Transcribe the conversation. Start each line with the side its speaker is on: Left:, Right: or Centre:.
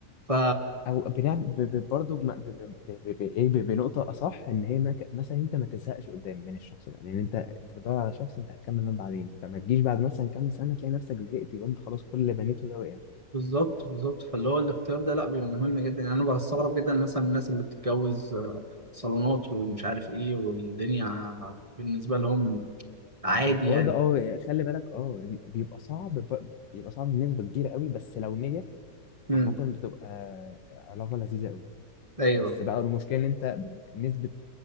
Right: ف
Left: او بنعمل ب- ب- برضه بم- ب- ب- ب- ب- ب- ايه ب- بنقطه اصح ان هي ما ك- مثلا انت ما تزهقش قدام من الشخص ده لان انت انت بتدور على شخص انت هتكمل معاه بعدين فما تجيش بعد مثلا كام سنه تلاقي نفسك زهقت يبقى انت خلاص كل اللي بنيته ده وقع
Right: بالظبط بالظبط فاللي هو الاختيار ده لا بيبقى مهم جدا يعني انا بستغرب جدا مثلا الناس اللي بتتجوز آه، صالونات ومش عارف ايه والدنيا بالنسبه لهم عادي
Left: الحوار ده اه خلي بالك اه بيبقى صعب ب- بيبقى صعب بنسبه كبيره قوي بس لو نجح
Right: يعني
Left: عامه بتبقى علاقه لذيذه قوي
Right: ايوه
Left: بس بقى المشكله ان انت نسبه